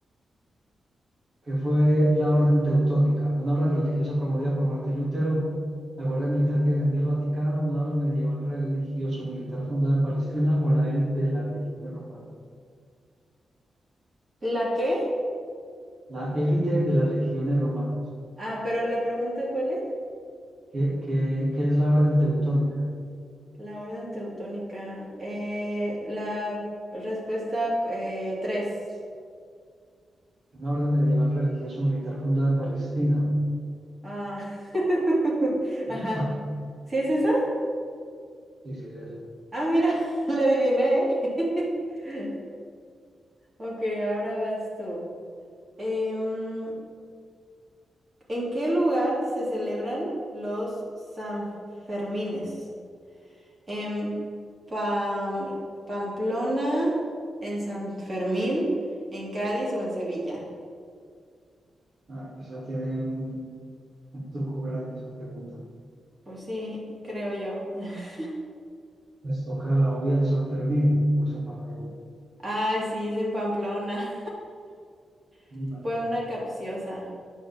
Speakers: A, on the right; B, on the right.
A: que fue la Orden Teutónica, una orden religiosa promovida por Martín Lutero, la Guardia Militar que defendía el Vaticano, una orden medieval religioso-militar fundada en Palestina o la élite de las legiones romanas.
B: ¿La qué?
A: La élite de las legiones romanas,
B: Ah, pero la pregunta, ¿cuál es?
A: que, que, que es la Orden Teutónica,
B: La orden teutónica. Eh, la respuesta eh, tres.
A: una orden medieval religioso-militar fundada en Palestina.
B: Ah. <laughs> Ajá.
A: ¿Es esa?
B: ¿Sí es esa?
A: Sí, sí, es esa.
B: Ah, mira, <laughs> la adiviné. <laughs> ¿eh? Ok, ahora vas tú. Em, ¿en qué lugar se celebran los Sanfermines? En Pam- Pamplona, en San Fermín, en Cádiz o en Sevilla.
A: Ah, esa tiene un, un truco grande esa pregunta.
B: Pues sí, creo yo. <laughs>
A: Les toca la obvia en San Fermín o es en Pamplona.
B: Ay, sí, es en Pamplona.
A: Vale,
B: <laughs> Fue una capciosa.